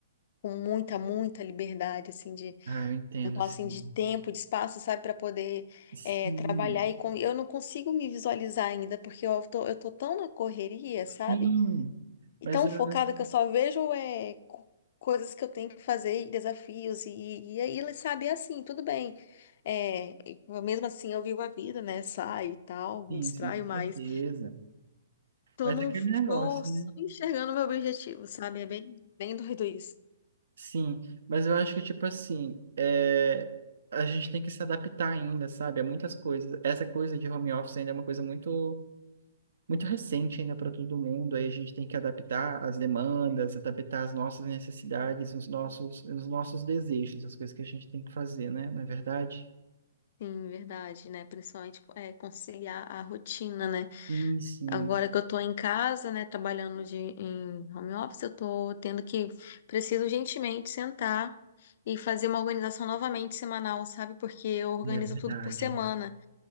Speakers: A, on the left; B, on the right.
A: com muita, muita liberdade, assim, de,
B: ah, eu entendo,
A: vamos falar
B: assim.
A: assim, de tempo, de espaço, sabe, para poder
B: Sim,
A: é, trabalhar. E com, eu não consigo me visualizar ainda, porque eu tô, eu tô tão na correria, sabe?
B: sim.
A: E
B: Mas
A: tão
B: eu
A: focada
B: acho
A: que eu só vejo é, co- coisas que eu tenho que fazer, e desafios, e, e, e aí, sabe, é assim, tudo bem. É, e mesmo assim, eu vivo a vida, né? Saio e tal,
B: sim,
A: me distraio
B: sim, com
A: mais.
B: certeza.
A: Tô,
B: Mas
A: num,
B: é aquele negócio,
A: tô só
B: né?
A: enxergando meu objetivo, sabe? É bem, bem doido isso.
B: Sim. Mas eu acho que, tipo assim, é, a gente tem que se adaptar ainda, sabe? A muitas coisas. Essa coisa de home office ainda é uma coisa muito. muito recente ainda para todo mundo, aí a gente tem que adaptar as demandas, adaptar as nossas necessidades, os nossos, os nossos desejos, as coisas que a gente tem que fazer, né? Não é verdade?
A: Sim, verdade, né? Principalmente é, conciliar a rotina, né?
B: Sim, sim,
A: Agora que eu tô em casa, né, trabalhando de, em home office, eu tô tendo que, preciso urgentemente sentar e fazer uma organização novamente semanal, sabe? Porque eu organizo
B: é verdade.
A: tudo por semana.